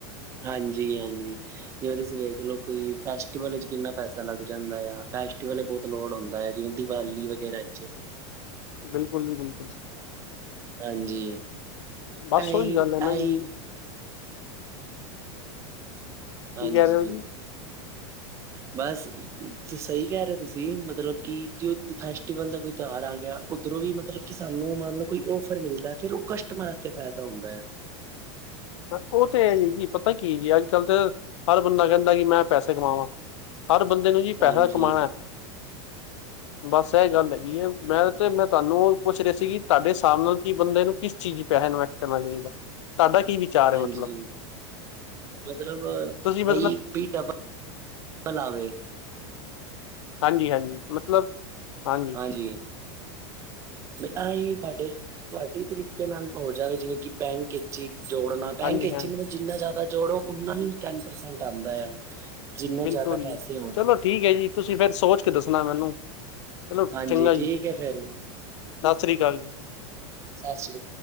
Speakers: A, on the right (about 20°); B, on the left (about 80°).
A: ਹਾਂਜੀ, ਹਾਂਜੀ ਜਿਵੇ ਤੁਸੀਂ ਵੇਖਲੋ ਕੋਈ ਫੈਸਟੀਵਲ ਵਿੱਚ ਕਿੰਨਾ ਪੈਸਾ ਲੱਗ ਜਾਂਦਾ ਆ, ਫੈਸ ਫੈਸਟੀਵਲ ਵੇਲੇ ਬੋਤ ਲੋੜ ਹੋਂਦਾ ਐ ਜਿਵੇ ਦੀਵਾਲੀ ਵਗੈਰਾ 'ਚ
B: ਬਿਲਕੁਲ ਜੀ, ਬਿਲਕੁਲ
A: ਹਾਂਜੀ
B: ਬਸ
A: ਆਈ
B: ਓਹੀ ਗੱਲ ਐ ਨਾ
A: ਆਈ
B: ਜੀ
A: ਹਾਂਜੀ।
B: ਕੀ ਕਹਿ ਰਹੇ ਹੋ ਜੀ
A: ਬਸ, ਸਈ ਕੈ ਰਏ ਓ ਤੁਸੀ ਮਤਲਬ ਕਿ ਜੇ ਫੈਸਟੀਵਲ ਦਾ ਕੋਈ ਤਿਉਹਾਰ ਆ ਗਿਆ ਉੱਧਰੋਂ ਵੀ ਮਤਲਬ ਕਿ ਸਾਨੂੰ ਮੰਨ ਲਓ ਕੋਈ ਔਫਰ ਮਿਲਦਾ, ਫੇਰ ਉਹ ਕਸਟਮਰ ਅਸਤੇ ਫੈਦਾ ਹੁੰਦਾ।
B: ਓਹ ਤੇ ਐ ਜੀ ਪਤਾ ਕੀ, ਅੱਜ-ਕੱਲ ਤੇ ਹਰ ਬੰਦਾ ਕੈਂਦਾ ਕਿ ਮੈ ਪੈਸੇ ਕਮਾਵਾ ਹਰ ਬੰਦੇ ਨੂੰ ਜੀ ਪੈਸਾ
A: ਹਾਂਜੀ,
B: ਕਮਾਣਾ। ਬਸ ਇਹ ਗੱਲ ਹੈਗੀ ਏ। ਮੈ ਤੇ ਮੈ ਤੁਹਾਨੂੰ ਓਹ ਪੁੱਛ ਰਿਹਾ ਸੀ ਤਾਡੇ ਹਿਸਾਬ ਨਾਲ ਕੀ ਬੰਦੇ ਨੂੰ ਕਿਸ ਚੀਜ 'ਚ ਪੈਹਾ ਇਨਵੈਸਟ- ਕਰਨ ਚਾਈਦਾ, ਤਾਡਾ ਕੀ ਵਿਚਾਰ
A: ਹਾਂਜੀ।
B: ਹੈ ਮਤਲਬ
A: ਮਤਲਬ
B: ਤੁਸੀਂ ਮਤਲਬ
A: ਬਈ ਬੀ ਡਬ ਤ ਲਾਵੇ।
B: ਹਾਂਜੀ, ਹਾਂਜੀ, ਮਤਲਬ, ਹਾਂਜੀ
A: ਹਾਜੀ ਆਹੀ ਤਾਡੇ ਤੁਆਡੇ ਤਰੀਕੇ ਨਾਲ ਹੋ ਜਾਵੇ ਜਿਵੇ ਕਿ ਬੈਂਕ ਇਚੀ ਜੋੜਨਾ, ਬੈਂਕ
B: ਹਾਂਜੀ
A: ਵਿੱਚ
B: ਹਾਂਜੀ
A: ਹੀ ਮਤਲਬ ਜਿੰਨਾ ਜਿਆਦਾ ਜੋੜੋ, ਓਨਾ ਹੀ ਟੈਨ ਪਰਸੈਂਟ ਆਂਦਾ ਆ। ਜਿੰਨੇ
B: ਬਿਲਕੁਲ
A: ਜਿਆਦਾ ਪੈਸੇ
B: ਜੀ
A: ਹੋਣ।
B: ਚਲੋ ਠੀਕ ਐ ਜੀ, ਤੁਸੀ ਫੇਰ ਸੋਚ ਕੇ ਦੱਸਣਾ ਮੈਨੂੰ। ਚਲੋ
A: ਹਾਂਜੀ
B: ਚੰਗਾ ਜੀ,
A: ਠੀਕ ਹੈ ਫੇਰ ਵੀ
B: ਸਸ੍ਰੀ ਕਾਲ ਜੀ।
A: ਸਾਸ੍ਰੀ